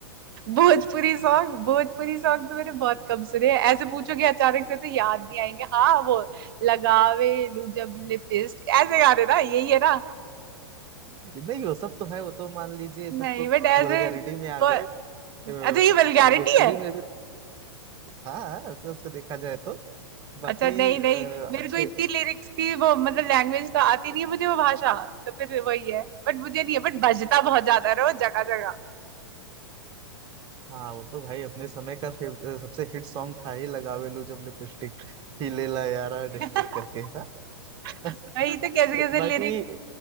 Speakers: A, on the right; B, on the right.
A: भोजपुरी सॉन्ग भोजपुरी सॉन्ग तो मैंने बहुत कम सुने हैं ऐसे पूछोगे अचानक से तो याद नहीं आएंगे हाँ वो लगावे लू जब लिपिस्ट ऐसे गाने ना यही है ना
B: नहीं वो सब तो है वो तो मान लीजिए सब
A: नहीं
B: तो
A: बट ऐसे
B: वल्गैरिटी में आ
A: और
B: गए
A: अच्छा
B: अ,
A: ये वल्गैरिटी
B: भोजपुरी
A: है
B: में भी हाँ ऐसे उसको देखा जाए तो बाकी
A: अच्छा नहीं
B: अ,
A: नहीं मेरे
B: अच्छे
A: को इतनी लिरिक्स की वो मतलब लैंग्वेज तो आती नहीं है मुझे वो भाषा तो फिर वही है बट मुझे नहीं है बट बजता बहुत ज्यादा है ना वो जगह जगह
B: हाँ वो तो भाई अपने समय का फेव, अ, सबसे हिट सॉन्ग था ही लगावे लू जब लिपस्टिक ही ले ला यारा
A: <laughs>
B: डिस्टिक करके था <laughs>
A: वही तो कैसे कैसे
B: बाकी
A: लिरिक्स